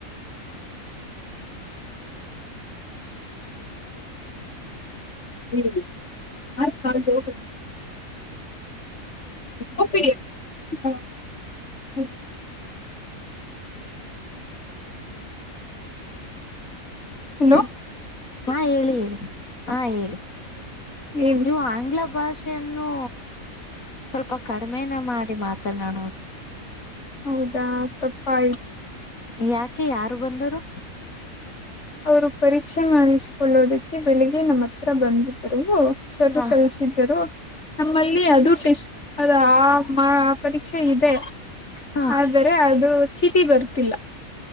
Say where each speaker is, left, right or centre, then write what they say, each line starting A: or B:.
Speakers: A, on the left; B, on the left.
A: ಹ್ಮ ಅ ಕ ಯೋಗ ಪ ಹಾ ಹ ಹಲೋ
B: ಹಾ ಹೇಳಿ ಹೇಳಿ ಹಾ ಹೇಳಿ
A: ಹೇಳಿ
B: ನೀವು ಆಂಗ್ಲ ಭಾಷೆಯನ್ನು ಸ್ವಲ್ಪ ಕಡಿಮೆನ ಮಾಡಿ ಮಾತನಾಡುವುದು
A: ಹೌದಾ ತಪ್ಪ ಆಯ್ತು
B: ಯಾಕೆ ಯಾರು ಬಂದರು
A: ಅವರು ಪರಿಚಯ ಮಾಡಿಸಕೊಳ್ಳೋದಕ್ಕೆ ಬೆಳಿಗ್ಗೆ ನಮ್ಮ ಹತ್ರ ಬಂದಿದ್ರು ಸರು
B: ಹ
A: ಕಲಸಿದ್ದರು ನಮ್ಮಲ್ಲಿ ಅದು ಟೇಸ್ಟ್ ಅದ ಆ ಪರೀಕ್ಷೆ ಇದೆ
B: ಹ
A: ಆದರೆ ಅದು ಚಟಿ ಬರ್ತಿಲ್ಲ